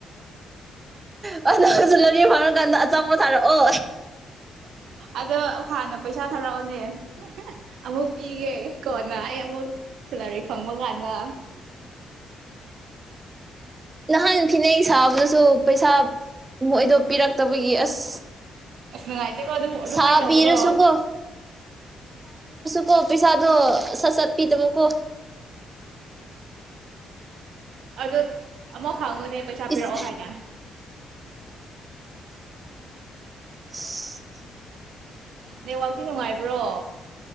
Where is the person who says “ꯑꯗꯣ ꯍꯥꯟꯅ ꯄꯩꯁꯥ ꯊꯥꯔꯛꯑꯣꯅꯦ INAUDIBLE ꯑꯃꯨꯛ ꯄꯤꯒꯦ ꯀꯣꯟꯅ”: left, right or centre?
Right